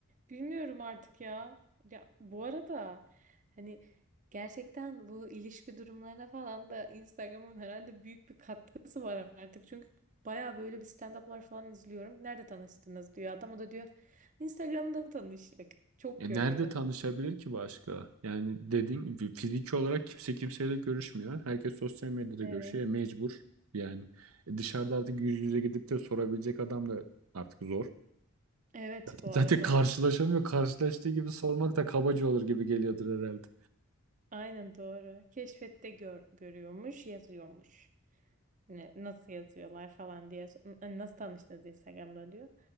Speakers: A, on the right; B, on the right.
A: bilmiyorum artık ya. Ya bu arada hani gerçekten bu ilişki durumlarına falan da Instagram'ın herhalde büyük bir katkısı var artık. Çünkü baya böyle bir stand-up'lar falan izliyorum. Nerede tanıştınız diyor. Adam o da diyor Instagram'da tanıştık. Çok
B: E
A: görüyorum.
B: nerede tanışabilir ki başka? Yani dediğin gibi fiziki olarak kimse kimseyle görüşmüyor. Herkes sosyal medyada
A: Evet.
B: görüşüyor. E mecbur yani. E dışarıda artık yüz yüze gidip de sorabilecek adam da artık zor.
A: Evet bu
B: Zaten
A: arada.
B: karşılaşamıyor. Karşılaştığı gibi sormak da kabaca olur gibi geliyordur herhalde.
A: Aynen doğru. Keşfette gör, görüyormuş, yazıyormuş. Ne, nasıl yazıyorlar falan diye. so- Hani nasıl tanıştınız Instagram'da diyor.